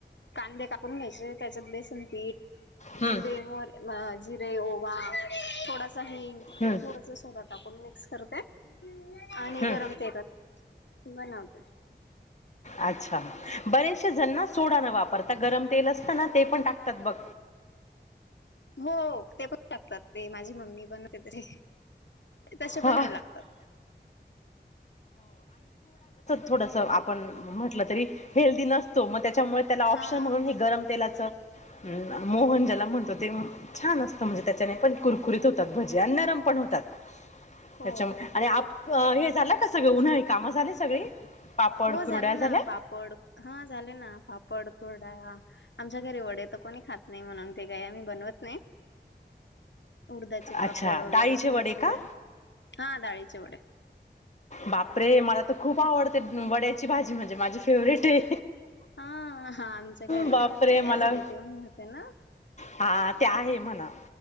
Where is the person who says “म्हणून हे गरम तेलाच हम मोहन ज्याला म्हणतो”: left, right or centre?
Left